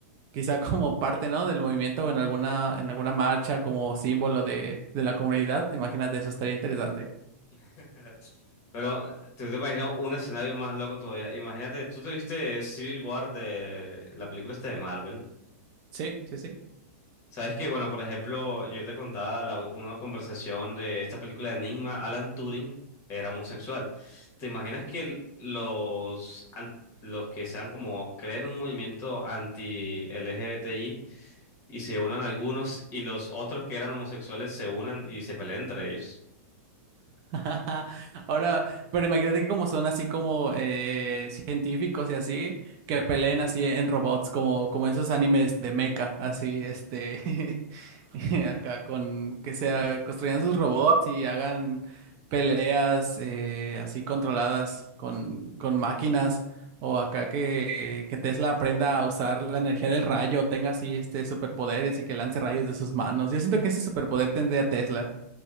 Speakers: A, on the right; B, on the left.
A: quizá <laughs> como parte, ¿no? del movimiento o en alguna, en alguna marcha como símbolo de, de la comunidad. Imagínate, eso estaría interesante.
B: <laughs> Pero tú te imaginas un escenario más loco todavía. Imagínate, tú te viste Civil War de la película esta de Marvel.
A: Sí, sí, sí.
B: Sabes que, bueno, por ejemplo, yo te contaba la- una conversación de esta película de Enigma, Alan Turing era homosexual. ¿Te imaginas que el- los, an- los que sean como creen un movimiento anti-LGBTI y se unan algunos y los otros que eran homosexuales se unan y se peleen entre ellos?
A: <laughs> Ahora, pero imagínate que como son así como eh, científicos y así, que peleen así en robots, como, como esos animes de mecha, así, este, <laughs> acá con que sea, construyan sus robots y hagan peleas eh, así controladas con, con máquinas, o acá que, que Tesla aprenda a usar la energía del rayo, tenga así este superpoderes y que lance rayos de sus manos. Yo siento que ese superpoder tendría Tesla.